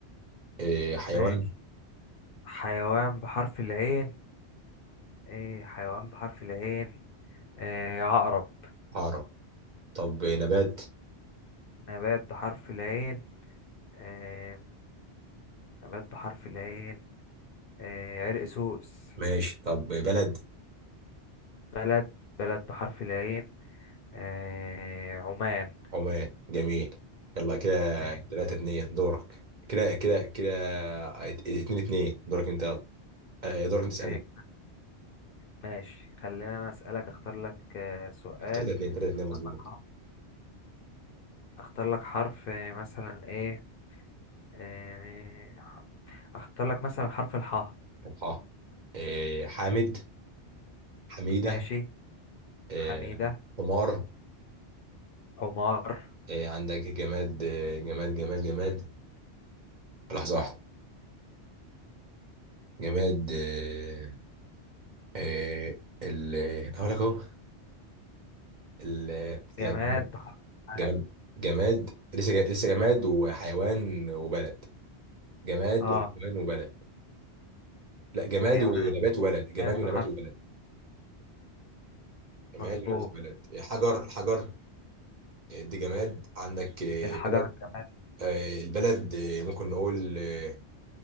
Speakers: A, on the right; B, on the left.
A: آه، حيوان
B: ماشي حيوان بحرف العين ايه حيوان بحرف العين آه عقرب
A: عقرب طب آه، نبات
B: نبات بحرف العين آه نبات بحرف العين آه عرق سوس
A: ماشي طب آه، بلد
B: بلد بلد بحرف العين آه عمان
A: عمان جميل يلا كده
B: ماشي,
A: تلاتة اتنين دورك كده كده كده ات- اتنين اتنين دورك انت آه، دورك انت تسألني
B: آه ماشي. خلينا أنا أسألك أختار لك آه سؤال
A: تلاتة اتنين تلاتة اتنين مظبوط
B: أختار لك حرف أختار لك حرف، آه، مثلا إيه آه، ح- اختار لك مثلا حرف الحاء
A: اه آه، حامد حميدة
B: ماشي
A: آه،
B: حميدة
A: حمار
B: حمار
A: آه، عندك جماد آه، جماد جماد جماد لحظة واحدة جماد آه، آه، ال هقول لك اهو ال
B: جماد
A: لا جماد
B: بح... اه
A: جماد جماد- لسه جا- لسه جماد وحيوان وبلد جماد
B: آه،
A: وحيوان وبلد لا جماد
B: جماد
A: ونبات وبلد جماد ونبات
B: بحرف
A: وبلد جماد
B: مظبوط
A: ونبات وبلد آه، حجر حجر آه، دي جماد عندك آه،
B: الحجر
A: بلد
B: جماد
A: آه، البلد آه، ممكن نقول آه،